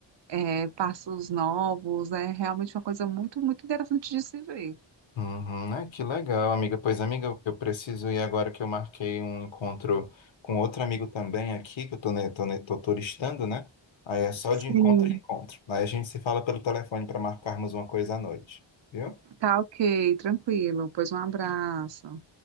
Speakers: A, on the right; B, on the left.
A: é, passos novos, é realmente uma coisa muito, muito interessante de se ver.
B: Uhum, é, que legal, amiga. Pois, amiga, eu eu preciso ir agora que eu marquei um encontro com outro amigo também aqui, que eu tô, ne- tô, ne- tô turistando, né? Aí é só
A: Sim.
B: de encontro em encontro. Aí a gente se fala pelo telefone para marcarmos uma coisa à noite, viu?
A: Tá ok, tranquilo. Pois um abraço.